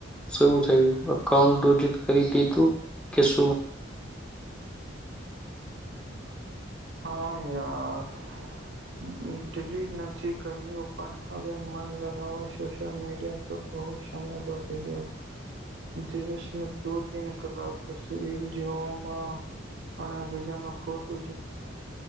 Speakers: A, in the centre; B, on the right (about 65°).
A: શ થયું અાઉન્ટ ડિટ કરી દીધું કે શું
B: હા યાર <unintelligible> ડિલીટ નથી કર્યો પણ હવે મન લગાવવા સોશિયલ મીડિયા પર બહુ સમય વધી ગયો દિવસ દો તન કલાક બસ રીલ જોવામાં અને બીજા ફોટો